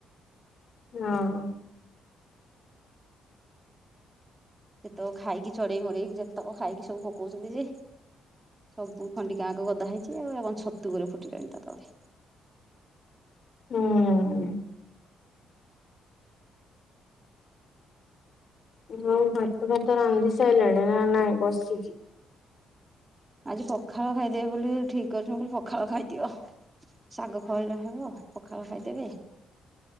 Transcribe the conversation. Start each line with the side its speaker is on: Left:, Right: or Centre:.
Left: ହଁ।
Right: ସେତେକ ଖାଇକି ଚଢେଇ ମଡେଇକି ଯେତେକ ଖାଇକି ସବୁ ପକଉଛନ୍ତି ଯେ ସବୁ ଖଣ୍ଡିିକାଙ୍କ ଗଦା ହେଇଛି ଆଉ ଏ ଛତୁ ଗୁଡାଏ ଫୁଟିିଲଣି ତା ତଳେ।
Left: ହୁଁ। ହଁ। <unintelligible> ଭାତ ଫାତା ରାନ୍ଧି ସାରିଲେଣି? ନା ନାଇଁ ବସିଛି।
Right: ଆଜି ପଖାଳ ଖାଇଦେବେ ବୋଲି ଠିକ କରିଛି ବୋଲି ପଖାଳ ଖାଇଦିଅ ଶାଗ ଖଳି ହବ ପଖାଳ ଖାଇଦେବେ।